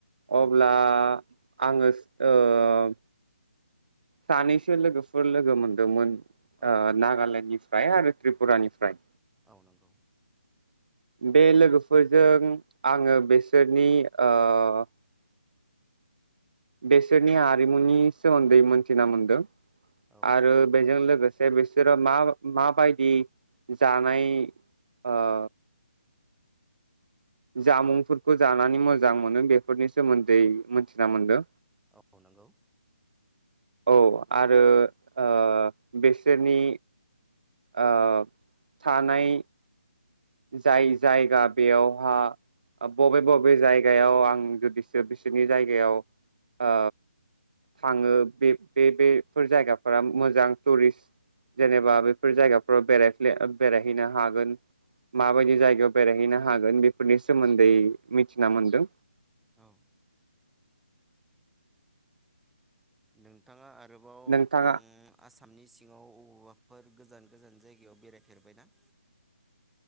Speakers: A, on the right; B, in the centre.
A: अब्ला
B: औ
A: आङो ओ सानैसो लोगोफोर लोगो मोनदोंमोन
B: औ
A: ओ
B: औ
A: नागालेण्डनिफ्राय आरो त्रिपुरानिफ्राय
B: औ नंगौ
A: बे लोगोफोरजों आङो बेसोरनि ओ बेसोरनि आरिमुनि सोमोन्दै मोनथिना मोनदों
B: औ
A: आरो बेजों लो लोगोसे बिसोरो मा माबायदि जानाय ओ जामुंफोरखौ जानानै मोजां मोनो बेफोरनि सोमोन्दै मिथिना मोनदों
B: औ नंगौ
A: औ आरो ओ बेसोरनि ओ थानाय जाय जायगा बेयावहा बबे बबे जायगायाव आं जुदिसो बिसोरनि जायगायाव ओ थाङो बे बे बे फोर जायगाफोरा मोजां थुरिस जेनेबा बे बेफोर जायगाफोराव बेराय बेरायहैनो हागोन माबायदि
B: औ
A: जायगायाव बेरायहैनो हागोन बेफोरनि सोमोन्दै
B: औ
A: मिथिना मोनदों
B: औ नोंथाङा आरो गोबाव
A: नोंथाङा
B: उम आसामनि सिङाव अबेबा फोर गोजान गोजान जायगायाव बेरायफेरबायनाा